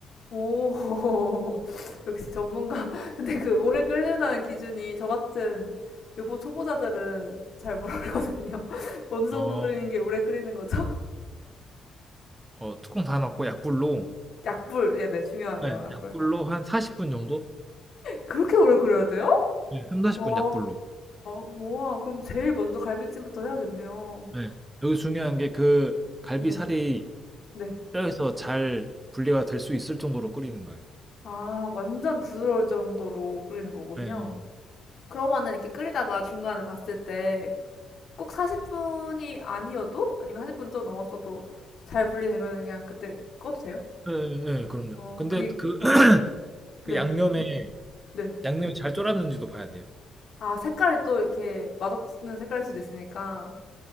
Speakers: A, on the left; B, on the right.
A: 오. <laughs> 역시 전문가. 근데 그 오래 끓는다는 기준이 저 같은 요보 초보자들은 잘 모르거든요. <laughs> 어느 정도
B: 어,
A: 끓이는 게 오래 끓이는 거죠?
B: 어, 뚜껑 닫아놓고 약불로
A: <laughs> 약불. 예, 네. 중요하네요.
B: 네,
A: 약불.
B: 약불로 한 40분 정도?
A: 그렇게 오래 끓여야 돼요?
B: 네, 3, 40분
A: 와.
B: 약불로.
A: 우와. 그럼 제일 먼저 갈비찜부터 해야겠네요.
B: 네. 여기 중요한 게 그 갈비살이
A: 네. 네.
B: 뼈에서 잘 분리가 될 수 있을 정도로 끓이는 거예요.
A: 아, 완전 부드러울 정도로 끓이는 거군요.
B: 네,
A: 그러면은 이렇게 끓이다가 중간에 봤을 때 꼭 40분이 아니어도 아니면 40분 좀 넘었어도 잘 분리되면은 그냥 그때 꺼도 돼요?
B: 네, 네, 네, 그럼요.
A: 어,
B: 근데
A: 그게
B: 그,
A: 어, 네,
B: 그 양념에
A: 네.
B: 양념이 잘 졸았는지도 봐야 돼요.
A: 아, 색깔이 또 이렇게 맛없는 색깔일 수도 있으니까